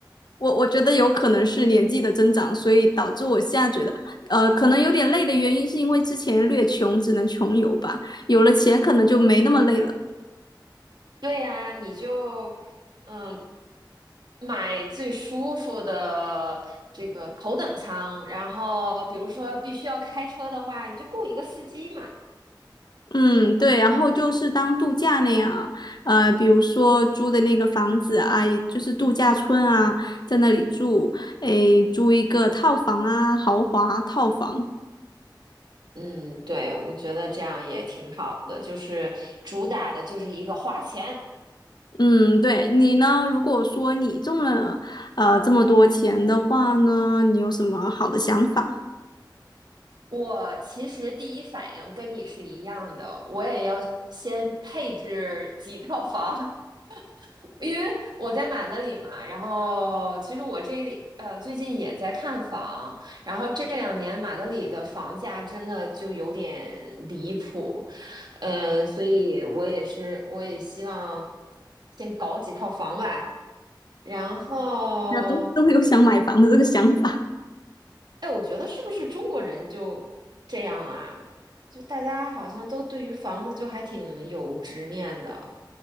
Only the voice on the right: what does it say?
对呀，你就嗯买最舒服的这个头等舱，然后比如说必须要开车的话，你就雇一个司机嘛。
嗯，对，我觉得这样也挺好的，就是主打的就是一个花钱。
我其实第一反应跟你是一样的，我也要先配置几套房。<laughs> 因为我在马德里嘛，然后其实我这呃最近也在看房，然后这两年马德里的房价真的就有点离谱，呃，所以我也是我也希望先搞几套房吧，然后
哎，我觉得是不是中国人就这样啊？就大家好像都对于房子就还挺有执念的，